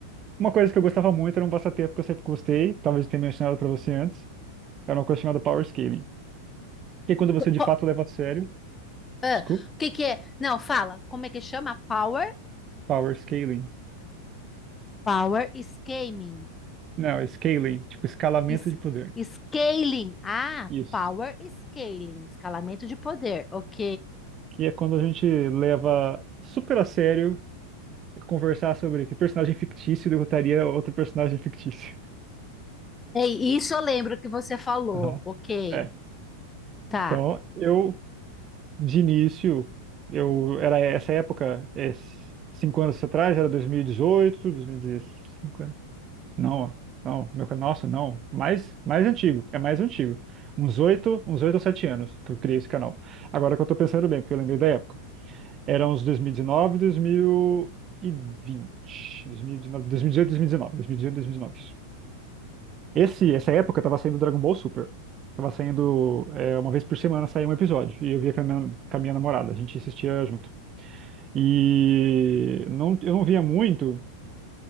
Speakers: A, on the right (about 30°); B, on the left (about 15°).
A: uma coisa que eu gostava muito era um passatempo que eu sempre gostei, talvez eu tenha mencionado para você antes É uma coisa chamada power scaling. Que é quando você de
B: Co-
A: fato leva a sério.
B: ah,
A: Desculpa.
B: o que que é? Não, fala. Como é que chama? Power?
A: Power scaling.
B: Power scaling.
A: Não, é scaling, tipo escalamento
B: Es-
A: de poder.
B: scaling. Ah,
A: Isso.
B: power scaling. Escalamento de poder. Ok.
A: Que é quando a gente leva super a sério conversar sobre que personagem fictício derrotaria outro personagem fictício.
B: Ei, isso eu lembro que você falou.
A: Aham.
B: Ok.
A: É.
B: Tá.
A: Então, eu, de início, eu era essa época, é, cinco anos atrás, era dois dois mil mil e dezoito, dois mil e 2015. Não, não, meu, ca- nossa, não, mais, mais antigo, é mais antigo. Uns oito, uns oito ou sete anos que eu criei esse canal. Agora que eu tô pensando bem, porque eu lembrei da época. Era uns dois dois dois dois dois mil mil mil mil e e e dezoito, dois mil e vinte, dezoito, mil e dezoito, dois mil e 2019. Esse, essa época tava saindo Dragon Ball Super. Tava saindo, é, uma vez por semana saía um episódio, e eu via com a minha, com a minha namorada, a gente assistia junto. E não, eu não via muito